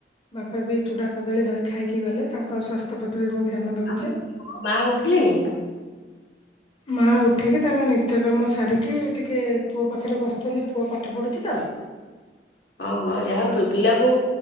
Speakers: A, on the left; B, on the left.
A: ବାପା ବି ଚୁଡା କଦଳୀ ଦହି ଖାଇକି ଗଲେ ତାଙ୍କ ସ୍ୱାସ୍ ତ୍ୟ ପ୍ରତି ବି ମୁଁ ଧ୍ୟାନ ଦୋଉଛି।
B: ଆଉ ମା ଉଠିଲେଣି?
A: ମାଆ ଉଠିକି ତାଙ୍କ ନିତ୍ୟକର୍ମ ସାରି କି ଟିକେ ପୁଅ ପାଖରେ ବସଚନ୍ତି ପୁଅ ପାଠ ପଢୁଚି ତ।
B: ଓହୋ ଯାହା ହୋଉ ପୁ-ପିଲାକୁ